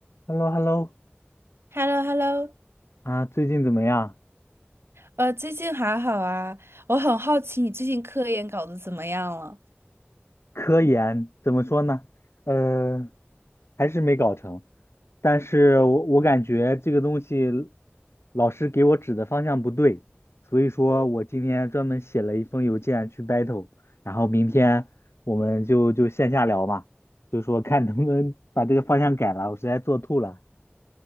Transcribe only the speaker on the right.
h e l l o h e l l o
呃，最近还好啊？我很好奇你最近科研搞得怎么样了？